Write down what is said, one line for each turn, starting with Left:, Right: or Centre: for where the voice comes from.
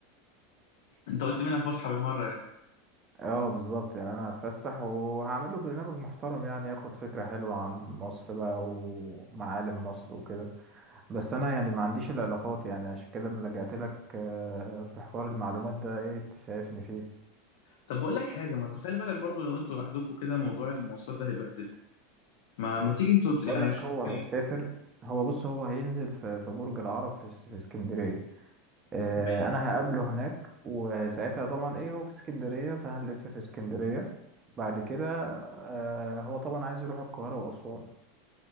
Left: انت قلت منها فسحه بالمره يعني
Right: اه بالظبط يعني أنا هتفسح وهعمل له برنامج محترم يعني ياخد فكرة حلوة عن مصر بقى ومعالم مصر وكده بس أنا يعني ما عنديش العلاقات يعني عشان كده أنا لجأت لك آه، في حوار المعلومات ده إيه تسعفني فيه
Left: طب بقول لك حاجه ما انت خلي بالك برضو لو انتوا لوحدكم كده موضوع المواصلات ده هيبهدلكم ما ما تيجي انتوا
Right: بقول
Left: يعني
Right: لك
Left: اشوفك
Right: هو هيسافر
Left: ال...
Right: هو بص هو هينزل في في برج العرب في اس- في اسكندرية آه،
Left: ماشي
Right: انا هقابله هناك وساعتها طبعا ايه هو في اسكندرية فهنلف في اسكندرية بعد كده آه، هو طبعا عايز يروح القاهرة وأسوان